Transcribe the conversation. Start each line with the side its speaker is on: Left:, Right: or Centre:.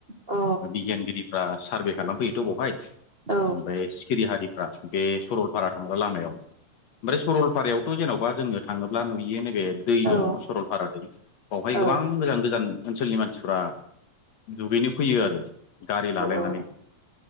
Right: औ
Left: बिगियानगिरिफ्रा सारभे खालामफैयोथ' बहाय।
Right: औ
Left: ओमफ्राय सिखिरि हारिफ्रा बे सरलपारा थांग्रा लामायाव ओमफ्राय सरलपारायावथ जेनबा जोंनो थाङोब्ला नुयो नैबे दै
Right: औ
Left: दङ सरलपारा दै बावहाय
Right: औ
Left: गोबां मोजान गोजान ओनसोलनि मानसिफ्रा दुगैनो फैयो आरो गारि लालायनानै।
Right: औ